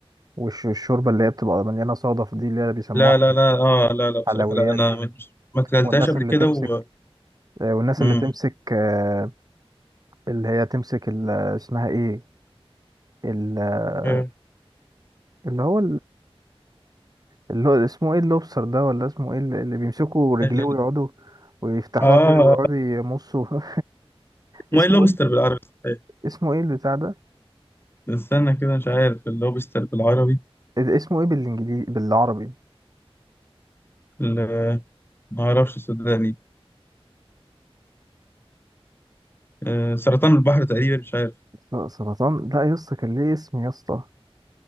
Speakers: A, on the right; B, on the left.
A: والش- والشوربه اللي هي بتبقى مليانه صدف دي اللي هي بيسموها
B: لا لا لا اه لا لا بصراحه
A: حلويات
B: لا انا
A: دي
B: مش- ما اكلتهاش
A: والناس
B: قبل
A: اللي
B: كده
A: تمسك
B: و
A: آه، والناس
B: مم.
A: اللي تمسك آه، اللي هي تمسك ال- اسمها ايه ال-
B: إيه.
A: اللي هو اللي هو اسمه ايه اللوبستر ده ولا اسمه ايه اللي اللي بيمسكوا رجليه
B: ال- ال-
A: ويقعدوا ويفتحوها
B: اه
A: كده ويقعدوا يمصوا <laughs> اسمه
B: ماي لوبستر
A: ايه
B: بالعربي صحيح
A: اسمه ايه البتاع ده
B: استنى كده مش عارف اللوبستر بالعربي
A: إيه- اسمه ايه بالانجليزي بالعربي
B: ال- ما اعرفش صدقني آه سرطان البحر تقريبا مش عارف
A: س- سرطان لا يا اسطى كان ليه اسم يا اسطى